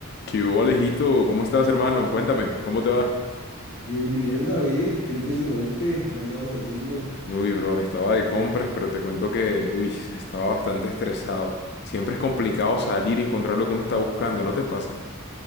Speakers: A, on the left; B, on the left.
A: ¿Qué hubo, Alejito? ¿Cómo estás, hermano? Cuéntame, ¿cómo te va?
B: Bien, bien, David, tiempo sin oírte, ¿qué andabas haciendo?
A: Uy, bro, estaba de compras, pero te cuento que, uy, estaba bastante estresado. Siempre es complicado salir y encontrar lo que uno está buscando, ¿no te pasa?